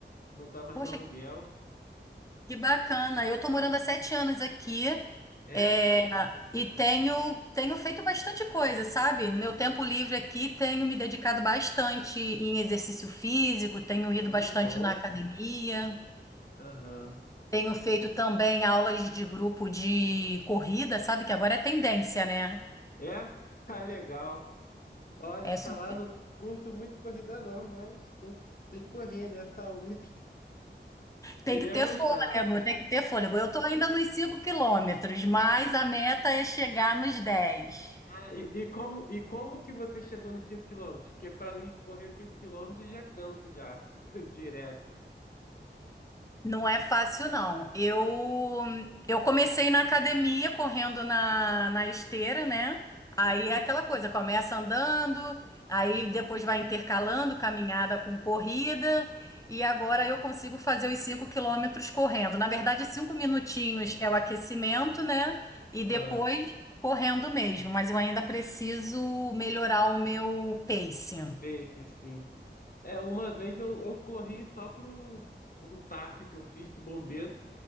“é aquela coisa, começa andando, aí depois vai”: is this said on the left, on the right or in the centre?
Left